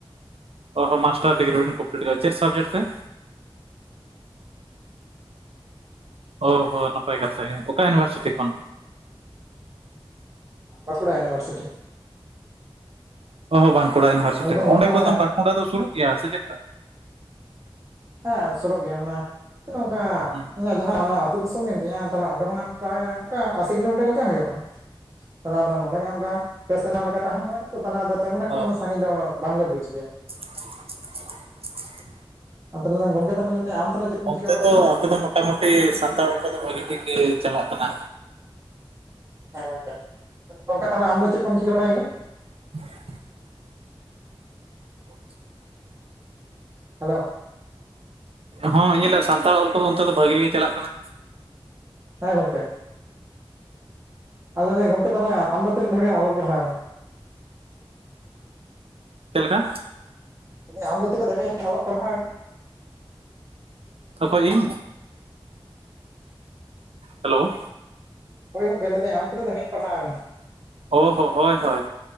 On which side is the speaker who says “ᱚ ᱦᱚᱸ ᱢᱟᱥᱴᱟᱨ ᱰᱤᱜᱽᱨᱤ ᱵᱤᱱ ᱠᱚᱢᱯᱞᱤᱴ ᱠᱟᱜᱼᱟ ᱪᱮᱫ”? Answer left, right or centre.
Right